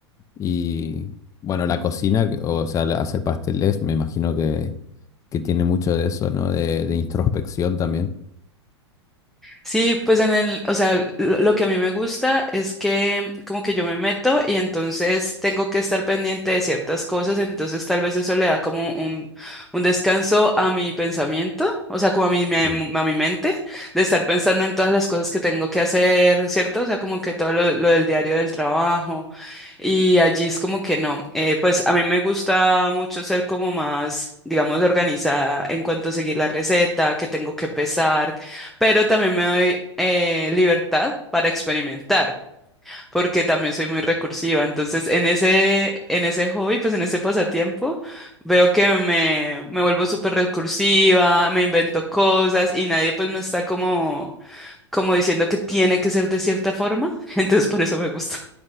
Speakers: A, on the left; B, in the centre.
A: Y bueno, la cocina, que- o sea, la- hacer pasteles, me imagino que, que tiene mucho de eso, ¿no? De, de introspección también.
B: Sí, pues en el, o sea, l- lo que a mí me gusta es que como que yo me meto y entonces tengo que estar pendiente de ciertas cosas, entonces tal vez eso le da como un, un descanso a mi pensamiento, o sea, como a mi, mem-
A: Sí.
B: a mi mente, de estar pensando en todas las cosas que tengo que hacer, ¿cierto? O sea, como que todo lo, lo del diario del trabajo. Y allí es como que no. Eh, pues a mí me gusta mucho ser como más, digamos, organizada en cuanto a seguir la receta, que tengo que pesar, pero también me doy eh, libertad para experimentar, porque también soy muy recursiva. Entonces, en ese, en ese hobby, pues en ese pasatiempo, veo que me, me vuelvo súper recursiva, me invento cosas y nadie pues me está como, como diciendo que tiene que ser de cierta forma. <laughs> Entonces, por eso me gusta,